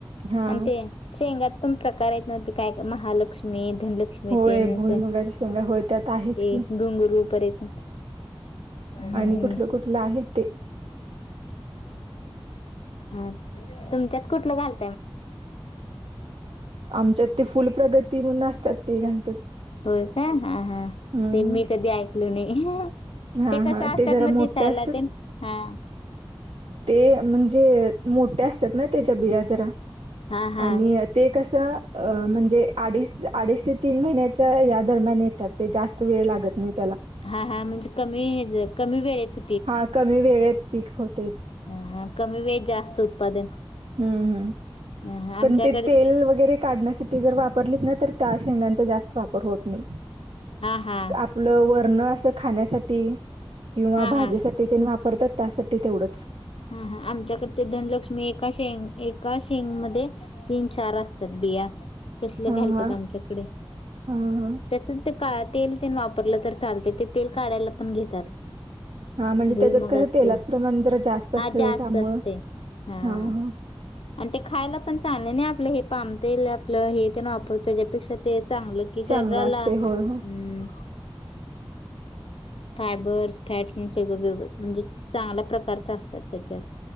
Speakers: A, on the right; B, on the left.
A: हां.
B: अन ते शेंगात पणं प्रकार हायत नव ते काय महालक्ष्मी धनलक्ष्मी
A: होय
B: तेनं
A: भुईमुगाच्या
B: असं ते
A: शेंगा होय त्यात आहेत की
B: गुंगुरु परत हम्म
A: आणि
B: हम्म.
A: कुठलं कुठलं आहे ते?
B: हान, तुमच्यात कुठलं घाल
A: आमच्यात ते फुल प्रगती म्हणून असत्यात ते घाल
B: होय का, हा हा,
A: हम्म
B: ते मी कधी ऐकलो नाही.
A: हा
B: ते कसं
A: हा
B: असतात
A: जरा
B: मग
A: मोठे
B: दिसायला
A: असतात
B: तेन? हा.
A: ते म्हणजे मोठ्या असतात ना, त्याच्या बिया जरा.
B: हा हा
A: आणि ते कस म्हणजे अडीच अडीच ते तीन महिन्याच्या या दरम्यान येतात ते, जास्त वेळ लागत नाहीत.
B: हा हा म्हणजे कमी, कमी वेळेच.
A: हा, कमी वेळेत पीक होतं.
B: ह हा, कमी वेळ जास्त उत्पादन.
A: हम्म हम्म
B: ह हा आमच्याकडे
A: पण ते तेल वगैरे काढण्यासाठी जर वापरलीत ना, तर ता शेंगांचा जास्त वापर होत नाही,
B: हा हा
A: आपलं वरणं अस खाण्यासाठी किंवा
B: हा
A: भाजी
B: हा
A: <unintelligible> तेनं वापरतात, त्यासाठी तेवढंच.
B: हू हू, आमच्याकड ते धनलक्ष्मी एकाच शेंग, एका शेंग मध्ये तीन चार असतात बिया तसलं
A: हा
B: घालतात
A: हा
B: आमच्याकडे,
A: हा हा
B: त्याचच ते काळात तेल तेन वापरलं तर चालते, ते तेल काढायला पण घेतात.
A: हा म्हणजे
B: भुईमुगाच
A: त्याज्यात कस तेलाचं
B: तेल
A: प्रमाण जरा जास्त असेल
B: हा जास्त
A: त्यामुळं
B: असते, हम
A: हा हा
B: आणि ते खायला पण खाण्याने आपलं हे पामतेल आपलं हे ते ना वापर त्याच्यापेक्षा ते चांगलं कि
A: चांगला
B: शरीराला?
A: असते
B: हम्म.
A: होय हो
B: फायबर्स फॅट्स आणि सगळ व्यवस्थित म्हणजे चांगल्या प्रकारच असतात त्याच्यात.